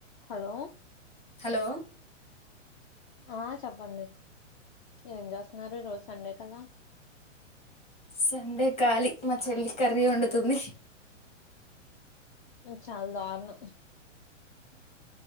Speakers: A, on the left; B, on the left.
A: Hello
B: hello
A: ఆ చెప్పండి ఏం చేస్తున్నారు ఈ రోజు సండే కదా
B: సండే కాలి మా చెల్లి కర్రీ వండుతుంది
A: చాల దారుణం